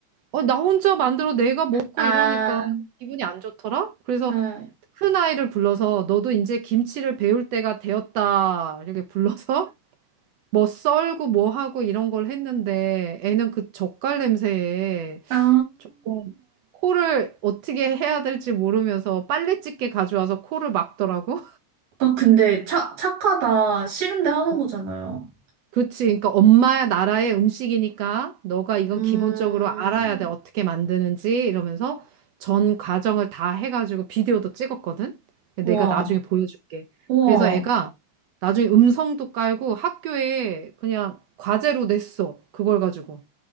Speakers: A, on the right (about 70°); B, on the right (about 85°).
A: 어, 나 혼자 만들어 내가 먹고
B: 아,
A: 이러니까 기분이 안 좋더라? 그래서
B: 네.
A: 큰 아이를 불러서 너도 이제 김치를 배울 때가 되었다. 이렇게 불러서 <laughs> 뭐 썰고 뭐 하고 이런 걸 했는데 애는 그 젓갈 냄새에
B: 아.
A: 조금 코를 어떻게 해야 될지 모르면서 빨래집게 가져와서 코를 막더라고.
B: 아, 근데 차, 착하다. 싫은데 하는
A: <laughs>
B: 거잖아요.
A: 그치. 그러니까 엄마 나라의 음식이니까 너가 이건
B: 음,
A: 기본적으로 알아야 돼. 어떻게 만드는지 이러면서 전 과정을 다 해가지고 비디오도 찍었거든. 근데
B: 와,
A: 내가 나중에 보여줄게.
B: 우와.
A: 그래서 애가 나중에 음성도 깔고 학교에 그냥 과제로 냈어. 그걸 가지고.